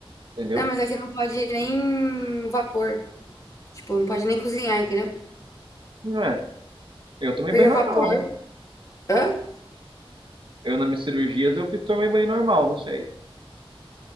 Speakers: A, on the right (about 60°); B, on the left (about 35°).
A: entendeu?
B: Não, mas aqui não pode nem vapor. Tipo, não pode nem cozinhar, entendeu?
A: Não é. Eu tomei
B: Porque
A: banho
B: o
A: normal.
B: vapor. Hã?
A: Eu, nas minhas cirurgias, eu fiz- tomei banho normal, não sei.